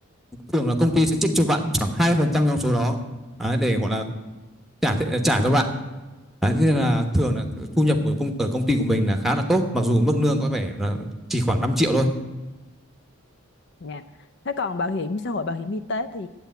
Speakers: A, in the centre; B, on the left (about 55°).
A: thường là công ty sẽ trích cho bạn khoảng 2% trong số đó đấy, để gọi là trả trả cho bạn đấy, thế nên là thường là thu nhập của công ở công ty của mình là khá là tốt mặc dù mức lương có vẻ là chỉ khoảng 5 triệu thôi
B: Dạ. Thế còn bảo hiểm xã hội, bảo hiểm y tế thì